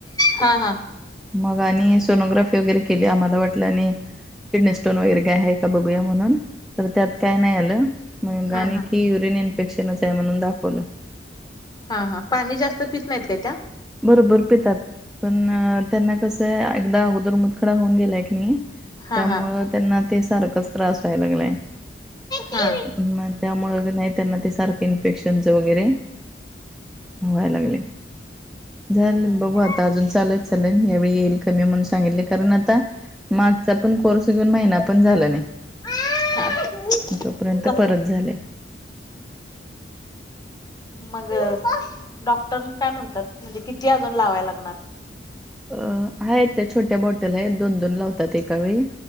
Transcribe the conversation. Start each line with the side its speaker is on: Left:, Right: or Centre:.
Left: हा हा.
Centre: मग आणि सोनोग्राफी वगैरे केली, आम्हाला वाटलं आणि, किडनी स्टोन वगैरे काय हाय बघुया म्हणून, तर त्यात काय नाय आलं, मग
Left: हा
Centre: आणखी
Left: हा
Centre: युरीन इन्फेक्शनच आहे म्हणून दाखवलं.
Left: हा हा, पाणी जास्त पित नाहीत काय त्या
Centre: बरोबर पितात, पण त्यांना कसं आहे एकदा अगोदर मुदखडा होऊन गेलाय क नाही.
Left: हा
Centre: त्यामुळं
Left: हा
Centre: त्यांना ते सारखंच त्रास व्हाय लागलाय.
Left: हा..
Centre: ग त्यामुळे क नाही त्यांना ते सारखं इन्फेक्शनच वगैरे व्हाय लागलय. झाले,
Left: हम्म
Centre: बघू आता, अजून चालूयत सलयन यावेळी येईल कमी म्हणून सांगितलय कारण आता मागचा पण कोर्स घेऊन महिना पण झाला नाही.
Left: हम्म
Centre: तोपर्यंत
Left: कस
Centre: परत झालय.
Left: मग डॉक्टर काय म्हणतात, म्हणजे किती अजून लावाय लागणार.?
Centre: अ आहेत त्या छोट्या बॉटल आहेत, दोन दोन लावतात एका वेळी,